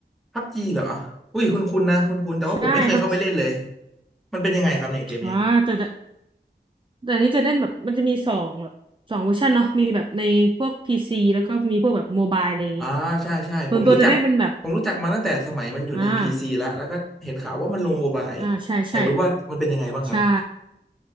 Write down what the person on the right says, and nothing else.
ใช่พับจี
อ๋อแต่แต่แต่อันนี้จะเล่นแบบมันจะมีสองแบบสองเวอร์ชันเนาะมีแบบในพวกพีซีแล้วก็มีพวกแบบโมบายอะไรอย่างงี้
ส่วนตัวจะเล่นเป็นแบบอ่าอ่าใช่ใช่
ใช่